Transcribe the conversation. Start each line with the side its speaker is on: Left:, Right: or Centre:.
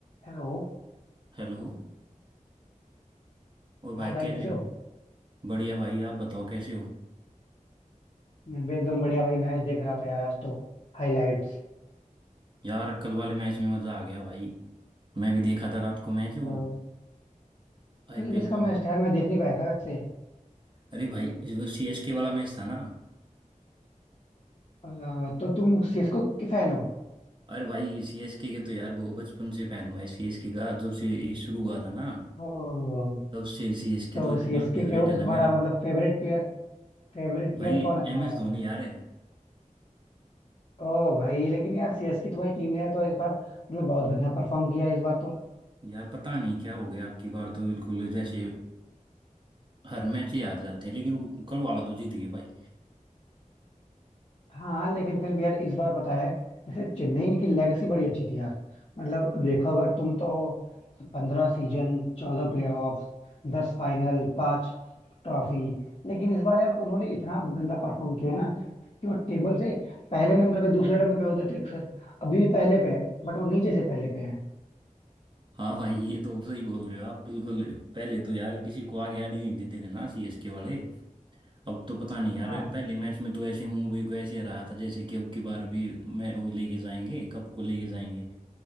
Left: Hello
Right: Hello और भाई
Left: Hi भाई
Right: कैसे
Left: कैसे
Right: हो
Left: हो
Right: बढ़िया भाई आप बताओ कैसे हो
Left: मैं भी एकदम बढ़िया भाई मैच देख रहा था यार आज तो हाइलाइट्स
Right: यार कल वाले मैच में मज़ा आ गया भाई मैं भी देखा था रात को मैच वो
Left: कल
Right: आईपीएल
Left: किसका
Right: का
Left: मैच था यार मैं देख नहीं पाया था वैसे
Right: अरे भाई वो सीएसके वाला मैच था ना
Left: अ, तो तुम सीएसके के फैन हो
Right: अरे भाई सीएसके के तो यार बहुत बचपन से फ़ैन हूँ भाई सीएसके का जब से ये शुरू हुआ था ना
Left: ओ,
Right: तब से सीएसके
Left: तो
Right: तो इतना
Left: सीएसके
Right: फेवरेट
Left: के हो तो
Right: है ना
Left: तुम्हारा
Right: मेरा
Left: मतलब फेवरेट प्लेयर फेवरेट प्लेयर
Right: भाई
Left: कौन है तुम्हारा
Right: एम एस धोनी
Left: फिर
Right: यार है
Left: ओ भाई लेकिन यार सीएसके तुम्हारी टीम ने यार तो इस बार मतलब बहुत गंदा परफॉर्म किया है इस बार तो
Right: यार पता नहीं क्या हो गया आपकी बार तो बिल्कुल जैसे हर मैच ही हार जाते हैं लेकिन वो कल वाला तो जीत गए भाई
Left: हाँ लेकिन फिर भी यार इस बार पता है जैसे चेन्नई की लेगेसी बड़ी अच्छी थी यार मतलब देखो अगर तुम तो पंद्रह सीजन चौदह प्लेऑफ्स दस फाइनल पांच ट्रॉफी लेकिन इस बार यार उन्होंने इतना गंदा परफॉर्म किया है ना कि वो टेबल से पहले नंबर पे दूसरे नंबर पे होते थे अक्सर अभी भी पहले पे है बट वो नीचे से पहले पे है
Right: हाँ भाई ये तो सही बोल रहे हो आप बिल्कुल पहले तो यार किसी को आगे आने नहीं देते थे ना सीएसके वाले अब तो पता नहीं यार
Left: हाँ
Right: पहले मैच में तो ऐसे मुंबई को ऐसे रहा था जैसे कि अब की बार भी मैं वो लेके जाएंगे कप को लेके जाएंगे